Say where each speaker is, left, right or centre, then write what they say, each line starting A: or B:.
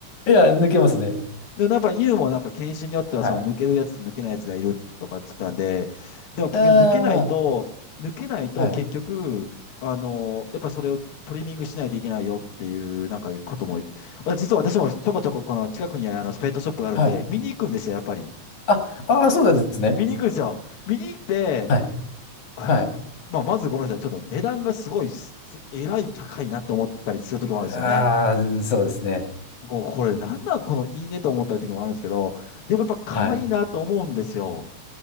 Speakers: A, on the left; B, on the left.
A: いや、抜けますね。
B: でもやっぱ犬もなんか犬種によってはその抜けるやつと抜けないやつがいるとか言ってたんで、
A: はい。
B: でも結局抜けないと、
A: あ
B: 抜けないと結局、
A: あ、はい。
B: あの、やっぱそれをトリミングしないといけないよっていうなんかことも言って、あ実は私もちょこちょここの近くにあのスペットショップがあるんで、
A: はい。
B: 見に行くんですよ、やっぱり。
A: あ、ああ、そうなんですね。
B: 見に行くんですよ。見に行って、
A: はい。
B: あ、
A: はい。
B: まあまずごめんなさい、ちょっと値段がすごいす、えらい高いなと思ったりするときもあるんですよね。
A: ああ、そうですね。
B: もうこれなんなんこのいいねと思った時もあるんですけど、でもやっぱ可愛いなと思うんですよ。
A: はい。